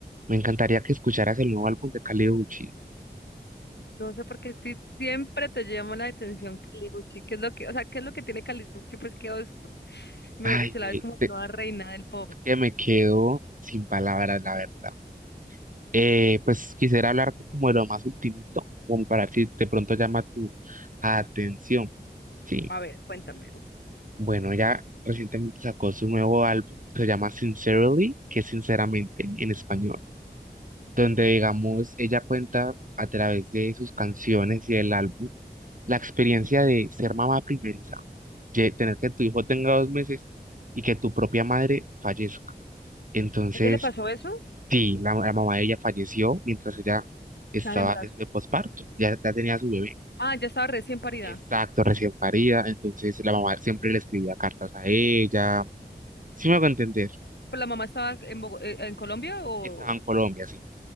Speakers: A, on the right; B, on the left.
A: Me encantaría que escucharas el nuevo álbum de Kali Uchi.
B: No sé por qué sí- siempre te llama la atención Caliguchi. ¿Qué es lo que, o sea, qué es lo que tiene Caliguchi? Pues que, os- mejor
A: Ay,
B: dicho, la
A: ve,
B: ves como
A: te-
B: nueva reina del pop.
A: que me quedo sin palabras, la verdad. Eh, pues quisiera hablarte como de lo más ultimito, como para ver si de pronto llama tu atención. Sí,
B: A ver, cuéntame.
A: bueno, ella recientemente sacó su nuevo álbum, que se llama Sincerely, que es sinceramente en español. donde, digamos, ella cuenta a través de sus canciones y del álbum la experiencia de ser mamá primeriza, de tener que tu hijo tenga dos meses y que tu propia madre fallezca. Entonces,
B: ¿Ella le pasó eso?
A: sí, la, la mamá de ella falleció mientras ella estaba
B: Estaba en embarazo.
A: de de posparto, ya, ya tenía su bebé.
B: Ah, ya estaba recién parida.
A: Exacto, recién parida, entonces la mamá siempre le escribía cartas a ella. Sí me a entender,
B: ¿Pero la mamá estaba en, Bogo- eh, en Colombia o...?
A: estaba en Colombia, sí,